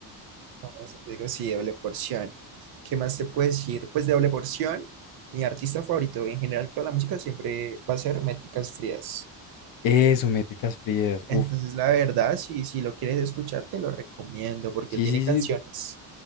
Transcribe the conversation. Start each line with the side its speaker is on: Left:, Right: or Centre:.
Right: Con eso te digo, sí, doble porción. ¿Qué más te puedo decir? Pues de doble porción, mi artista favorito y en general toda la música siempre va a ser Métricas Frías.
Left: Eso, métricas frías.
Right: Entonces,
Left: Uf.
Right: la verdad, si, si lo quieres escuchar, te lo recomiendo porque
Left: Sí,
Right: él tiene
Left: sí, sí.
Right: canciones.